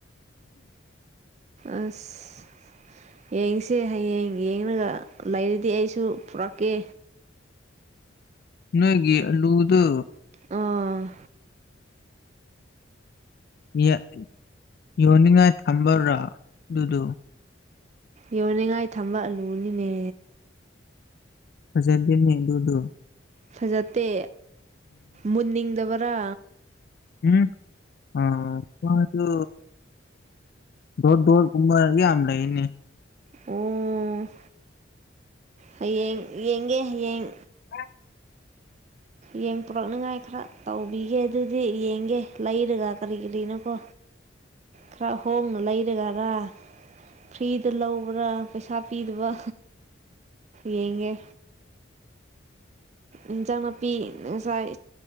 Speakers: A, on the right; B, on the left.
A: ꯑꯁ <unintelligible> <inaudible> ꯌꯦꯡꯁꯦ ꯍꯌꯦꯡ ꯌꯦꯡꯉꯒ ꯂꯩꯔꯗꯤ ꯑꯩꯁꯨ ꯄꯨꯔꯛꯀꯦ
B: ꯅꯒꯤꯦ ꯑ ꯂ ꯎꯗ
A: ꯑꯥ
B: <unintelligible> <inaudible> ꯌꯣꯟꯅꯤꯡꯉꯥꯏ ꯊꯝꯕꯔꯥ ꯑꯗꯨꯗꯨ
A: ꯌꯣꯟꯅꯤꯡꯉꯥꯏ ꯊꯝꯕ ꯑꯜꯂꯨꯅꯤꯅꯦ
B: ꯐꯖꯔꯒꯤꯅꯤ ꯑꯗꯨꯣꯗꯣ
A: ꯐꯖꯠꯇꯦ ꯃꯨꯟꯅꯤꯡꯗꯕꯔꯥ
B: ꯎꯝ ꯑ ꯃꯥꯁꯨ ꯗꯣꯠ ꯗꯣ ꯀ ꯌꯥ ꯑꯃ ꯂꯩꯅꯤ
A: ꯎꯝ ꯍꯌꯦꯡ ꯌꯦꯡꯒꯦ ꯍꯌꯦꯡ
B: ꯑ <unintelligible> <inaudible>
A: ꯌꯦꯡ ꯄꯨꯣꯔꯛꯅꯤꯉꯥꯏ ꯈꯔ ꯇꯧꯕꯤꯒꯦ ꯑꯗꯨꯗꯤ ꯌꯦꯡꯒꯦ ꯂꯩꯔꯒ ꯀꯔꯤ ꯀꯔꯤꯅꯣꯀꯣ ꯈꯔ ꯍꯣꯡꯅ ꯂꯩꯔꯒꯔꯥ ꯐ꯭ꯔꯤꯗ ꯂꯧꯕ꯭ꯔꯥ ꯄꯩꯁꯥ ꯄꯤꯗꯕ ꯌꯦꯉ ꯏꯟꯁꯥꯡ ꯅꯥꯄꯤ ꯉꯁꯥꯏ